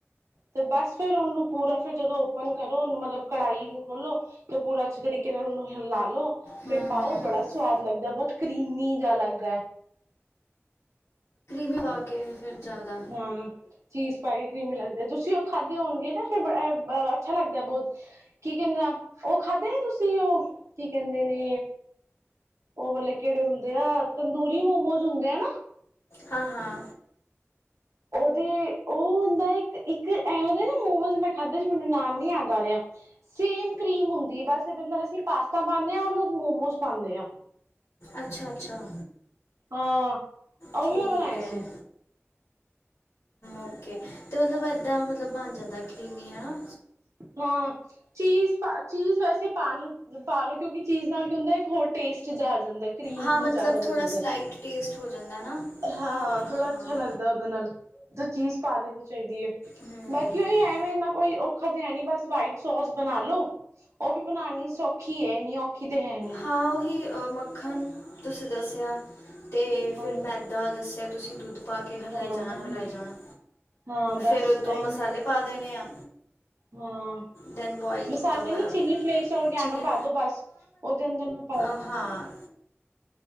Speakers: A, on the right; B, on the left.
A: ਤੇ ਬਸ ਫਿਰ ਉਹਨੂੰ ਪੂਰਾ ਫ਼ਿਰ ਜਦੋਂ ਓਪਨ ਕਰੋ ਉਹਨੂੰ ਮਤਲਬ ਕੜਾਹੀ ਨੂੰ ਖੋਲੋ ਤੇ ਪੂਰਾ ਅੱਛੇ ਤਰੀਕੇ ਨਾਲ ਉਹਨੂੰ ਲਾ ਲੋ
B: ਹੂੰ
A: ਫਿਰ ਪਾਓ
B: ਹੂੰ
A: ਬੜਾ ਸਵਾਦ ਲੱਗਦਾ ਬਹੁਤ ਕਰੀਮੀ ਜ ਲੱਗਦਾ ਹੈ
B: ਵੀ ਪਾ ਕੇ ਫਿਰ ਜ਼ਿਆਦਾ
A: ਹਾਂ ਚੀਜ਼ ਲੱਗ ਤੁਸੀਂ ਉਹ ਖਾਧੇ ਹੋਣਗੇ ਨਾ ਫ ਅੱਛਾ ਲੱਗਦਾ ਬਹੁਤ ਕੀ ਕਹਿੰਦੇ ਆ ਉਹ ਖਾੇ ਨੇ ਤੁਸੀ ਉਹ ਕੀ ਕਹਿੰਦੇ ਨੇ ਉਹ ਕਿਹੜੇ ਹੁੰਦੇ ਆ ਤੰਦੂਰੀ ਮੋਮੋਜ ਹੁੰਦੇ ਆ ਨਾ
B: ਹਾਂ ਹਾਂ
A: ਦੇ ਉਹ ਹੁੰਦਾ ਇੱਕ ਨਾ ਮੋਮੋਜ਼ ਮੈਂ ਖਾਧੇ ਮੈਨੂੰ ਨਾਮ ਨੀ ਆਦਾਂ ਆ ਰਿਹਾ ਸੇਮ ਕਰੀਮ ਹੁੰਦੀ ਬਸਦੇ ਅੰ ਅਸੀਂ ਪਾਸਤਾ ਪਾਦੇ ਹ ਉਹ ਲੋਕ ਮੋਮੋਜ ਪਾਦੇ ਆ
B: ਅੱਛਾ ਅੱਛਾ
A: ਹਾਂ। ਉਹ
B: ਠੀਕ
A: ਵੀ ਮੈਂ ਬਣਾਏ
B: ਹੈ
A: ਸੀ
B: ਓਕੇ ਤੇ ਮਤਲਬ ਏਦਾਂ ਮਤਲਬ ਬਣ ਜਾਂਦਾ ਕਰੀਮ ਹਨਾ
A: ਹਾਂ ਚੀਜ਼ ਪਾ ਚੀਜ਼ ਵੈਸੇ ਪਾਣੀ ਪਾਾਲਓ ਕਿਉਂਕਿ ਚੀਜ਼ ਨਾਲ ਕੀ ਹੁੰਦਾ ਇੱਕ ਹੋਰ ਟੇਸਟ ਜਾ ਜਾਂਦਾ ਕਰੀਮ
B: ਹਾਂ ਮਤਲਬ
A: ਹੀ ਜ਼ਿਆਦਾ
B: ਥੋੜਾ
A: ਹੋ ਜਾਂਦਾ।
B: ਸਲਾਈਟ ਟੇਸਟ ਹੋ ਜਾਂਦਾ ਨਾ
A: ਹਾਂ
B: ਫਿਰ ਹਾਂ
A: ਥੋੜਾ ਅੱਛਾ ਲੱਗਦਾ ਉਹਦੇ ਨਾਲ ਤਾਂ ਚੀਜ਼ ਪਾ ਲੈਣੀ ਚਾਹੀਦੀ ਹੈ
B: ਹਮ,
A: ਬਾਕੀ ਉਹੀ ਐਵੇਂ ਇੰਨਾ ਕੋਈ ਔਖਾ ਹੈ ਨੀ ਬਸ ਵਾਈਟ ਸੋਸ ਬਣਾ ਲੋ ਉਹ ਵੀ ਬਣਾਉਣੀ ਸੌਖੀ ਹੈਨੀ ਔਖੀ ਤੇ ਹੈ ਨੀ
B: ਹਾਂ ਉਹੀ ਅ ਮੱਖਣ ਤੁਸੀਂ ਦੱਸਿਆ ਤੇ
A: ਹਾਂ।
B: ਫਿਰ ਮੈਂ ਮੈਦਾ ਦੱਸਿਆ ਤੁਸੀਂ ਦੁੱਧ ਪਾ ਕੇ ਹਿਲਾਈ
A: ਹਾਂ,
B: ਜਾਣਾ ਹਿਲਾਈ ਜਾਣਾ
A: ਹਾਂ ਬਸ
B: ਫਿਰ ਦੋ ਮਸਾਲੇ
A: ਇਹੀ ਹੈ
B: ਪਾ ਦੇਣੇ ਆ
A: ਹਾਂ
B: ਦੈਨ ਬੋਇਲ ਕੀਤਾ
A: ਮਸਾਲੇ
B: ਹੋਇਆ
A: ਨੀ ਚਿਲੀ ਫਲੇਕਸ ਔਰਗੈਨੋ
B: ਚਿਲੀ
A: ਪਾ ਦੋ ਬਸ ਉਹਦੇ ਅੰਦਰ ਨਾ ਪਾ
B: ਹਾਂ-ਹਾਂ,